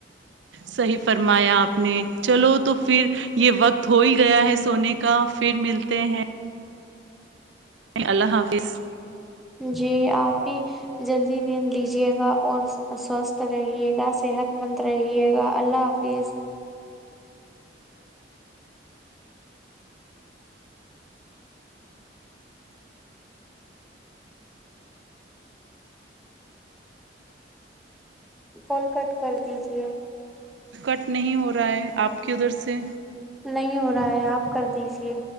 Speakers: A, on the right; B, in the centre.
A: صحیح فرمایا آپ نے چلو تو پھر یہ وقت ہو ہی گیا ہے سونے کا پھر ملتے ہیں اللہ حافظ
B: جی آپ بھی جلدی نیند لیجیے گا اور ساست رہیے گا صحت متر رہیے گا اللہ حافظ کول کٹ کر دیجے
A: کٹ نہیں ہو رہا ہے آپ کی ادھر سے
B: نہیں ہو رہا ہے آپ کر دیجیے